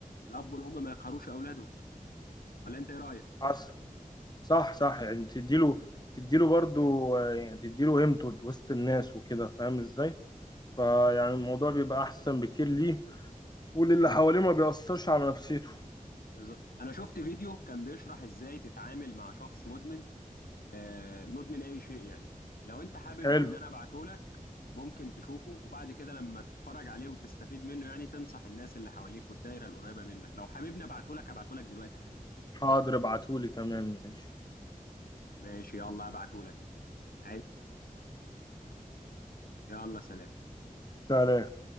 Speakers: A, on the left; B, on the left.
A: الاب والام ما يقهروش اولادهم ولا انت ايه رايك
B: عصر صح صح يعني تديله تديله برضو آه، يعني تديله قيمته وسط الناس وكده فاهم ازاي فيعني الموضوع بيبقى احسن بكتير ليه وللي حواليه ما بيأثرش على نفسيته
A: بالظبط انا شفت فيديو كان بيشرح ازاي تتعامل مع شخص مدمن آه، مدمن اي شيء يعني لو انت حابب
B: حلو
A: ان انا ابعته لك ممكن تشوفه وبعد كده لما تتفرج عليه وتستفيد منه يعني تنصح الناس اللي حواليك والدايره القريبه منك لو حاببني ابعته لك ابعته لك دلوقتي حالا
B: حاضر ابعتهولي تمام ماشي
A: ماشي يلا ابعته لك عايز- يلا سلام
B: سلام